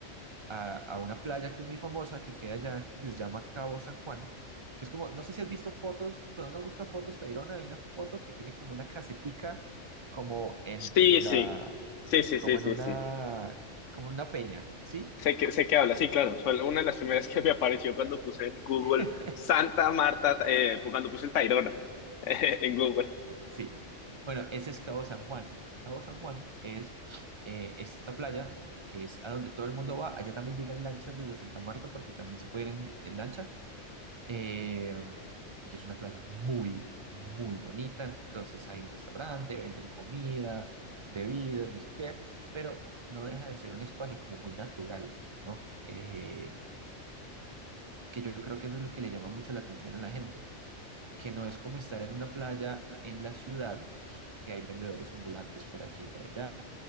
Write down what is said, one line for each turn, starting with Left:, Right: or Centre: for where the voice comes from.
Right: a, a una playa que es muy famosa, que queda allá, que se llama Cabo San Juan, que es como, no sé si has visto fotos, cuando uno busca fotos, Tayrona, hay una foto que tiene como una casetica, como en,
Left: Sí,
Right: en
Left: sí.
Right: la,
Left: Sí, sí,
Right: como
Left: sí, sí,
Right: en una,
Left: sí.
Right: como en una peña, ¿sí?
Left: Sé que, sé que habla, sí, claro. Fue una de las primeras que me apareció cuando puse en Google
Right: <laughs>
Left: Santa Marta, eh, cuando puse el Tayrona <laughs> en Google.
Right: Sí. Bueno, ese es Cabo San Juan. Cabo San Juan es eh, esta playa que es a donde todo el mundo va. Allá también llegan lanchas desde Santa Marta porque también se puede ir en, en lancha. Eh, y es una playa muy, muy bonita. Entonces hay un restaurante, venden comida, bebidas, no sé qué, pero no deja de ser un espacio como muy natural, ¿no? Eh, que yo creo que eso es lo que le llama mucho la atención a la gente que no es como estar en una playa en la ciudad, que hay vendedores ambulantes por aquí y por allá,